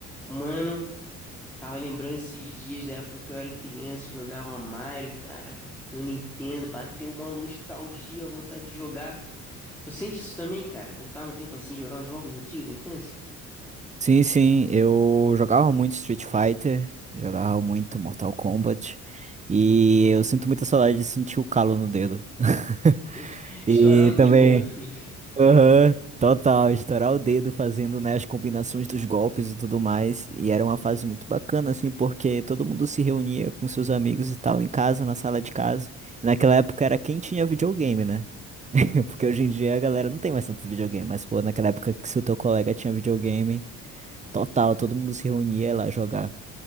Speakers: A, in the centre; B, on the right.
A: Mano, tava lembrando esses dias da época que eu era criança, e jogava Mario, cara, no Nintendo, bateu uma nostalgia, vontade de jogar. Tu sente isso também, cara? Voltar no tempo assim, jogar os jogos antigos da infância?
B: Sim, sim, eu jogava muito Street Fighter, jogava muito Mortal Kombat, e eu sinto muita saudade de sentir o calo no dedo. <laughs>
A: <laughs> Estourar
B: E
A: o dedo
B: também,
A: no... <laughs> no-
B: aham, total, estourar o dedo fazendo, né, as combinações dos golpes e tudo mais. E era uma fase muito bacana, assim, porque todo mundo se reunia com seus amigos e tal, em casa, na sala de casa. Naquela época era quem tinha videogame, né? <laughs> Porque hoje em dia a galera não tem mais tanto videogame, mas, pô, naquela época que se o teu colega tinha videogame. Total, todo mundo se reunia lá jogar.